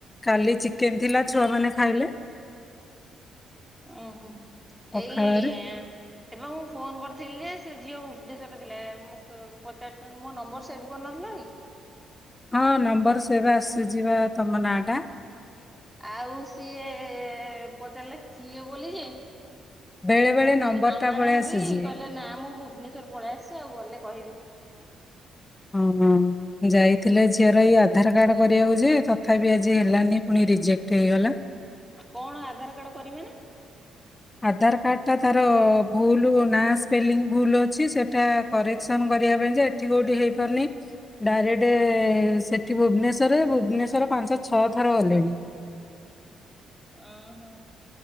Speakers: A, on the left (about 20°); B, in the centre.
A: କାଲି କେମି ଥିଲା ଛୁଆମାନେ ଖାଇଲେ।
B: ଓ ହୋ
A: ପଖାଳରେ
B: ଏଇ ସେବେ ମୁଁ ଫୋନ କରିଥିଲି ଯେ ସେ ଝିଅ ଭୁବନେଶ୍ଵର ରେ ଥିଲା ପଚାର ମୋ ନମ୍ବର ସେଭ କରିନଥିଲ କି?
A: ହଁ ନମ୍ବର ସେବେ ଆସି ଯିବା ତମ ନାଁ ଟା
B: ଆଉ ସିଏ ପଚାରିଲା କିଏ ବୋଲି ଯେ?
A: ବେଳେ ବେଳେ
B: ମୁଁ କହିଲି
A: ନମ୍ବର
B: ମାମା
A: ଟା ପଳେଇ
B: ନାହାନ୍ତି
A: ଆସୁଛି
B: କହିଲେ ନା ମୁଁ ଭୁବନେଶ୍ଵର ପଳେଇ ଆସିଛି ଆଉ ଗଲେ କହିବି।
A: ଅଁ ହଁ। ଯାଇଥିଲେ ଝିଅର ଏଇ ଆଧାର କାର୍ଡ କରିବାକୁ ଯେ ତଥାପି ଆଜି ହେଲାନି ପୁଣି ରିଜେକ୍ଟ ହେଇଗଲା।
B: କଣ ଆଧାର କାର୍ଡ କରିମ ମାନେ
A: ଆଧାର କାର୍ଡ଼ଟା ତାର ଭୁଲ ନାଁ ସ୍ପେଲିଂ ଭୁଲ ଅଛି ସେଇଟା କରେକ୍ସନ୍ କରିବା ପାଇଁ ଯେ ଏଠି କେଉଁଠି ହେଇପାରୁନି ଡାଇରେକ୍ଟ ସେଠି ଭୁବନେଶ୍ଵର ଭୁବନେଶ୍ୱର ପାଞ୍ଚହ ଛଅ ଥର ଗଲେଣି।
B: ଓହୋ